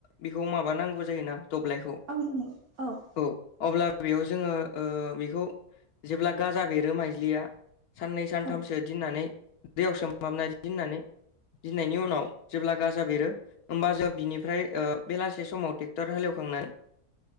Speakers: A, on the left; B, on the right.
A: बेखौ माबानांगौ जायोना दब्लायखौ।
B: औ नंगौ औ।
A: औ अब्ला बेयाव जोङो ओ बेखौ जेब्ला गाजा बेरो माइज्लिया साननै सानथामसो
B: औ
A: दोननानै दैयाव सोम माबना दोननानै गिनायनि उनाव जेब्ला गाजा बेरो होमबा जों बिनिफ्राय ओ बेलासे समाव ट्रेक्टर हालेवखांनाय